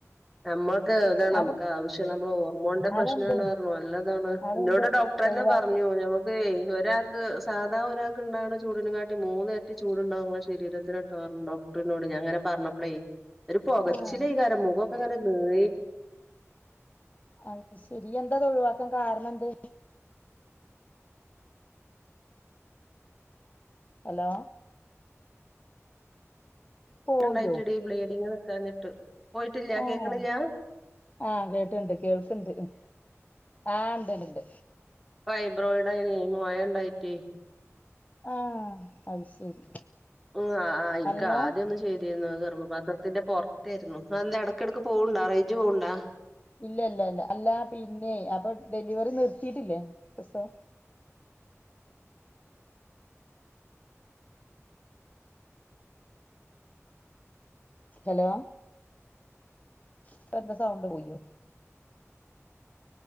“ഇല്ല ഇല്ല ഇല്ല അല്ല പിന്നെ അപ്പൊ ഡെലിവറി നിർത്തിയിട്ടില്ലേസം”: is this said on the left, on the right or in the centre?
Left